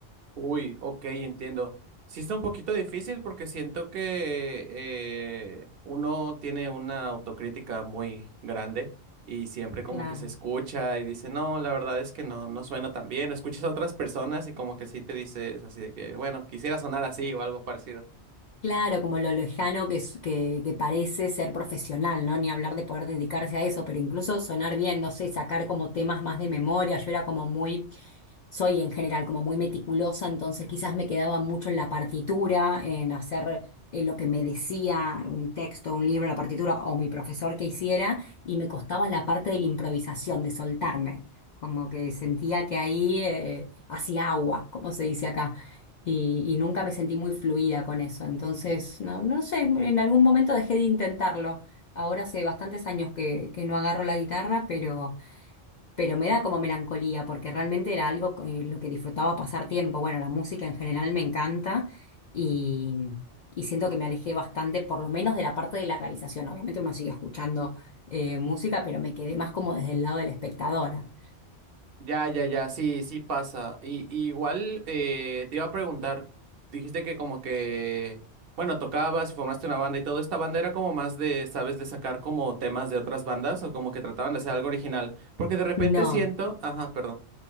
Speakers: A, on the right (about 60°); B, on the left (about 60°).
A: Uy, ok, entiendo. Sí está un poquito difícil porque siento que eh, uno tiene una autocrítica muy grande y siempre como
B: claro.
A: que se escucha y dice, no, la verdad es que no, no suena tan bien. Escuchas a otras personas y como que sí te dices así de que, bueno, quisiera sonar así o algo parecido.
B: Claro, como lo lejano que, es- que, que parece ser profesional, ¿no? Ni hablar de poder dedicarse a eso, pero incluso sonar bien, no sé, sacar como temas más de memoria. Yo era como muy, soy en general como muy meticulosa, entonces quizás me quedaba mucho en la partitura, en hacer eh, lo que me decía un texto, un libro, la partitura o mi profesor que hiciera, y me costaba la parte de la improvisación, de soltarme. Como que sentía que ahí eh, hacía agua, como se dice acá y, y nunca me sentí muy fluida con eso. Entonces, no, no sé, en algún momento dejé de intentarlo. Ahora hace bastantes años que, que no agarro la guitarra, pero, pero me da como melancolía, porque realmente era algo en lo que disfrutaba pasar tiempo. Bueno, la música en general me encanta y, y siento que me alejé bastante, por lo menos de la parte de la realización. Obviamente uno sigue escuchando eh, música, pero me quedé más como desde el lado de la espectadora.
A: Ya, ya, ya, sí, sí pasa. Y, y igual eh, te iba a preguntar, dijiste que como que, bueno, tocabas y formaste una banda y todo, ¿esta banda era como más de, sabes, de sacar como temas de otras bandas o como que trataban de hacer algo original? Porque de repente
B: No.
A: siento, ajá, perdón.